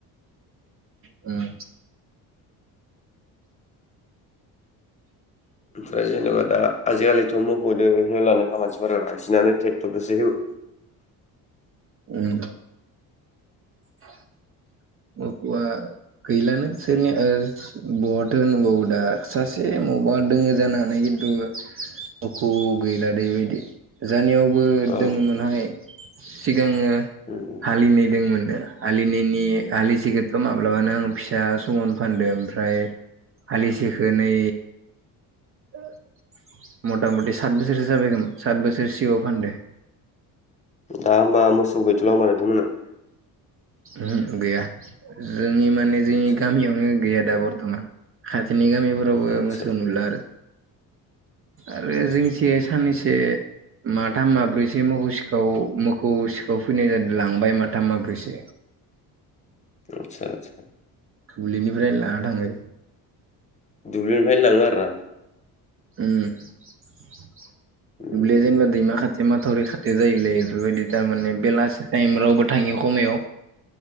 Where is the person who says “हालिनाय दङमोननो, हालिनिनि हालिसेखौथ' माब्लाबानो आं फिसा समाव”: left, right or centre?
Right